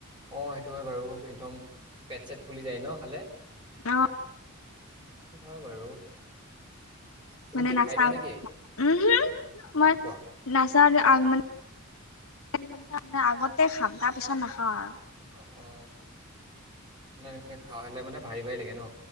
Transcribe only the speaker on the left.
অ
মানে
নাচা
উম, হম, মই
নাচা আ মানে <unintelligible> আগতে খাম তাৰ পিছত নাখাওঁ আৰু।